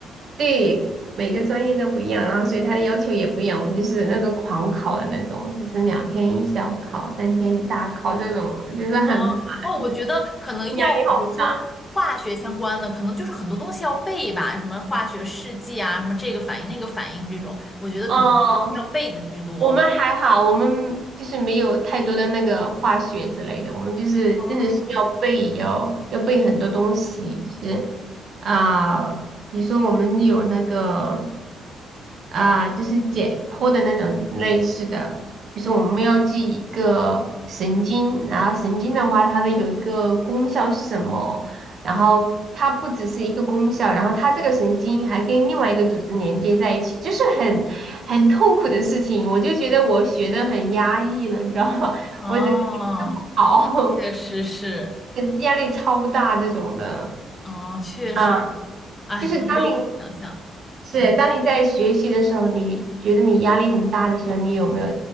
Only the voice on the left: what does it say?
哦哦，我觉得可能药物，
比如说化学相关的，可能就是很多东西要背吧，什么化学试剂啊，什么这个反应那个反应这种，我觉得可能是要背的居多。
哦
哦，
确实是。
哦，确实是，
哎，
能够想象，
嗯